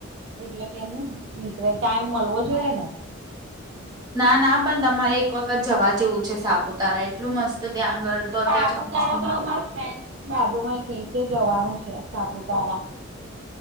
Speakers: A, on the right; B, on the right.
A: એટલે કેમ મ ટાઈમ મલ વો જોઈએ ને
B: ના ના પણ તમારે એક વખત જવા જેવું છે સાપુતારા એટલું મસ્ત ત્યાં આગળ તો
A: સાપુતારા
B: અત્યારે ચોમાસામાં
A: તો અમારા ફ્રેન્ડ બાજુમાં કે છે જવાનું છે સાપુતારા